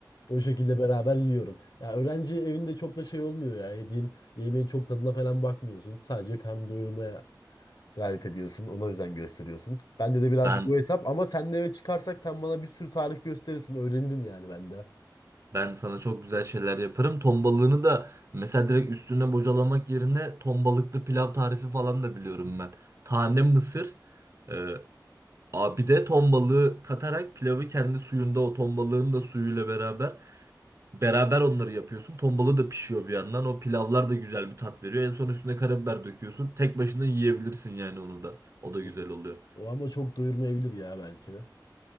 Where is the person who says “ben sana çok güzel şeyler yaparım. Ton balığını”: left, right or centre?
Right